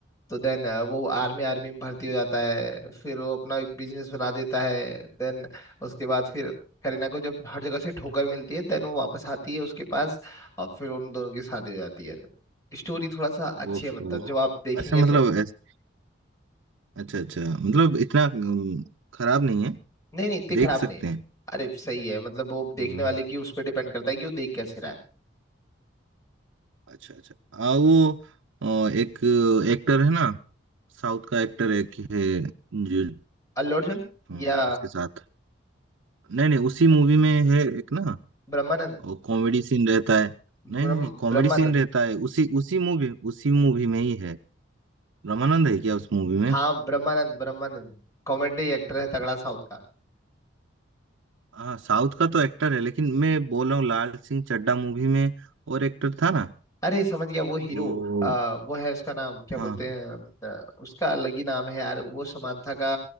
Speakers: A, on the left; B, on the right.
A: तो देन वो आर्मी आर्मी में भर्ती हो जाता है फिर वो अपना एक बिजनेस बना देता है देन उसके बाद फिर करीना को जब हर जगह से ठोकर मिलती है देन वो वापस आती है उसके पास और फिर उन दोनों की शादी हो जाती है स्टोरी थोड़ा सा अच्छी
B: ओहो
A: है मतलब जब आप देखेंगे
B: अच्छा मतलब
A: तो
B: ऐस- अच्छा अच्छा मतलब इतना अम, खराब नहीं है
A: नहीं नहीं इतनी
B: देख
A: खराब
B: सकते
A: नहीं है
B: हैं
A: अरे सही है मतलब वो देखने
B: हाँ
A: वाले की उस पर डिपेंड करता है कि वो देख कैसे रहा है
B: अच्छा अच्छा आ वो अ, एक एक्टर है ना साउथ का एक्टर एक है जो
A: अल्लू अर्जुन
B: अ,
A: या
B: उसके साथ नहीं नहीं उसी मूवी में है एक ना
A: ब्रह्मानंद
B: कॉमेडी सीन रहता है नहीं
A: ब्रह्म
B: नहीं कॉमेडी
A: ब्रह्मानंद
B: सीन रहता है उसी उसी मूवी उसी मूवी में ही है रामानंद है क्या उस मूवी में
A: हाँ ब्रह्मानंद ब्रह्मानंद कॉमेडी एक्टर है तगड़ा साउथ का।
B: हाँ साउथ का तो एक्टर है लेकिन मैं बोल रहा हूँ लाल सिंह चड्ढा मूवी में और एक्टर था ना
A: अरे समझ गया वो हीरो
B: वो
A: आ, वो है उसका नाम क्या
B: हाँ
A: बोलते हैं आ, उसका अलग ही नाम है यार वो समांथा का